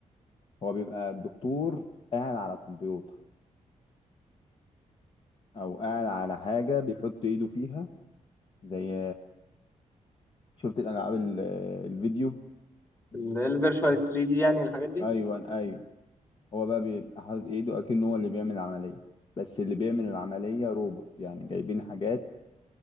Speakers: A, on the left (about 40°); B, on the left (about 20°).
A: هو بيبقى الدكتور قاعد على كمبيوتر او قاعد على حاجه بيحط ايده فيها زي شفت الالعاب ال- الفيديو
B: الفيرتشوال 3 دي يعني الحاجات دي
A: ايوه ايوه هو بقى بيبقى حاطط ايده اكنه هو اللي بيعمل العمليه بس اللي بيعمل العمليه روبوت يعني جايبين حاجات